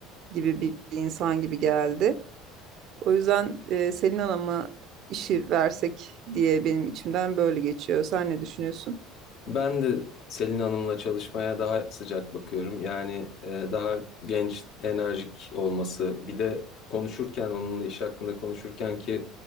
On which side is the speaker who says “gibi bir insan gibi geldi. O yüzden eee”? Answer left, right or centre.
Right